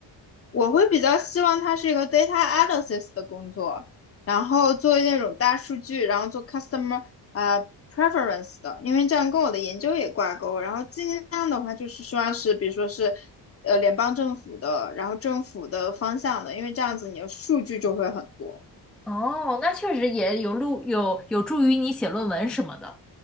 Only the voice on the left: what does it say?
我会比较希望它是一个 data analysis 的工作，然后做那种大数据，然后做 customer 呃 preference 的，因为这样跟我的研究也挂钩。然后尽量的话就是希望是，比如说是呃联邦政府的，然后政府的方向的，因为这样子你的数据就会很多。